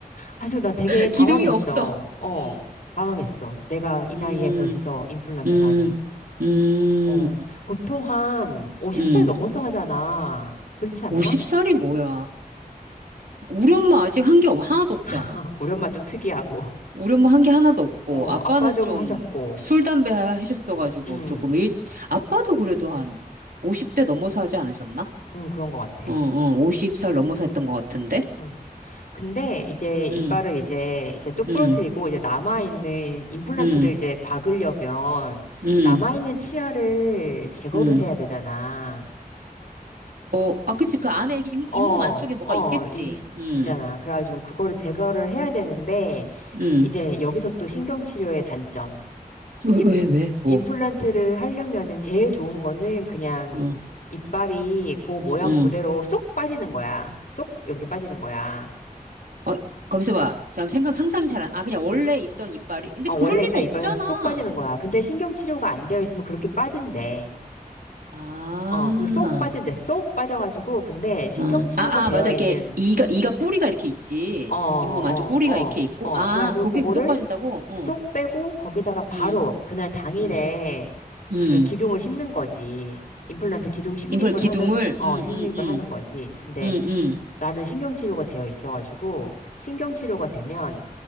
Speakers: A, on the left; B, on the right.
A: 아주 나 되게
B: <laughs>
A: 당황했어.
B: 기둥이 없어.
A: 어,
B: 음,
A: 당황했어. 내가 이
B: 음,
A: 나이에 벌써 임플란트라니.
B: 음, 음,
A: 어, 보통 한 50살
B: 음.
A: 넘어서 하잖아. 그렇지 않나?
B: 50살이 뭐야. 우리 엄마 아직 한 게 하나도 없잖아.
A: <laughs> 우리 엄마 좀 특이하고.
B: 우리 엄마 한 게 하나도 없고,
A: 어,
B: 아빠는
A: 아빠 좀
B: 좀
A: 하셨고.
B: 술, 담배 하셨어가지고,
A: 음,
B: 조금 일, 아빠도 그래도 한 50대 넘어서 하지 않으셨나?
A: 음, 그런 것 같아.
B: 응, 응, 50살 넘어서 했던 것 같은데?
A: 음. 근데 이제 이빨을
B: 응,
A: 이제 이제 뚝
B: 응,
A: 부러뜨리고 이제 남아있는 임플란트를
B: 응,
A: 이제 박으려면
B: 응,
A: 남아있는 치아를 제거를
B: 응.
A: 해야 되잖아.
B: 어, 아, 그치. 그 안에 잇몸,
A: 어,
B: 잇몸 안쪽에 뭐가
A: 어,
B: 있겠지.
A: 이, 이-
B: 응,
A: 있잖아. 그래가지고 그거를 제거를 해야 되는데
B: 응.
A: 이제 여기서 또 신경치료의 단점.
B: 왜,
A: 임,
B: 왜, 왜, 뭐.
A: 임플란트를 하려면은 제일 좋은 거는 그냥
B: 응,
A: 이빨이 그 모양
B: 응.
A: 그대로 쏙 빠지는 거야. 쏙 이렇게 빠지는 거야.
B: 어, 검수봐. 잠 생각, 상상이 잘 안, 아, 그냥 원래 있던 이빨이. 근데
A: 어,
B: 그럴
A: 원래
B: 리가
A: 있따 이빨
B: 없잖아.
A: 쏙 빠지는 거야. 근데 신경 치료가 안 되어 있으면 그렇게 빠진대.
B: 아.
A: 어, 그게 쏙 빠진대. 쏙 빠져가지고, 근데 신경
B: 아,
A: 치료가
B: 아,
A: 되어
B: 아, 맞아. 이게
A: 있는,
B: 이가 이가 뿌리가 이렇게 있지.
A: 어, 어,
B: 잇몸 안쪽 뿌리가
A: 어,
B: 이렇게 있고.
A: 어.
B: 아,
A: 그래가지고
B: 거기에
A: 그거를
B: 계속 빠진다고? 어.
A: 쏙 빼고 거기다가 바로
B: 음.
A: 그날 당일에
B: 음. 음.
A: 그 기둥을 심는 거지. 임플란트 기둥 식립을
B: 인플 기둥을
A: 하는, 어,
B: 음,
A: 식립을
B: 음, 음.
A: 하는 거지. 근데
B: 음, 음.
A: 나는 신경 치료가 되어 있어가지고, 신경 치료가 되면